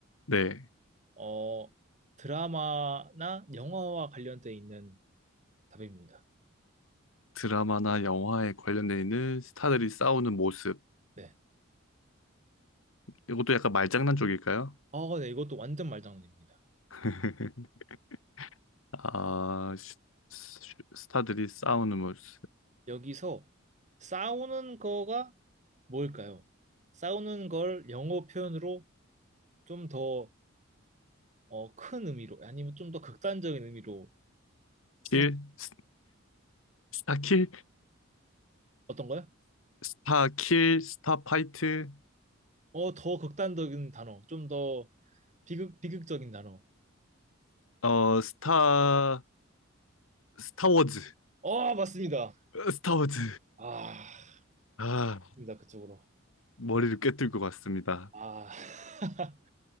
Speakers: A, on the left (about 80°); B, on the right (about 35°).
A: 네.
B: 어, 드라마나 영화와 관련돼 있는 답입니다.
A: 드라마나 영화에 관련돼 있는 스타들이 싸우는 모습.
B: 네.
A: 이것도 약간 말장난 쪽일까요?
B: 어, 네. 이것도 완전 말장난입니다.
A: <laughs> 아, 슈- 슈- 스타들이 싸우는 모습.
B: 여기서 싸우는 거가 뭘까요? 싸우는 걸 영어 표현으로 좀 더, 어, 큰 의미로, 아니면 좀 더 극단적인 의미로 생각,
A: 킬, 스- 스타킬,
B: 어떤 거요?
A: 스타킬, 스타파이트,
B: 어, 더 극단적인 단어, 좀 더 비극, 비극적인 단어.
A: 어, 스타, 스타워즈,
B: 어, 맞습니다.
A: <laughs> 스타워즈.
B: 아,
A: 아,
B: 맞습니다. 그쪽으로.
A: 머리를 꿰뚫 것 같습니다.
B: 아, <laughs>